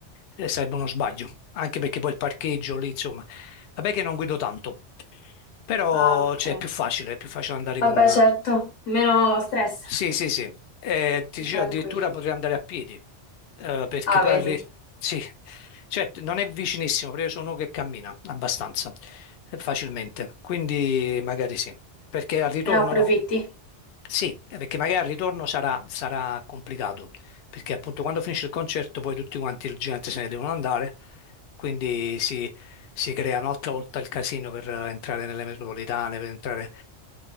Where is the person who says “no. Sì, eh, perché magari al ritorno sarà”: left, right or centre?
Left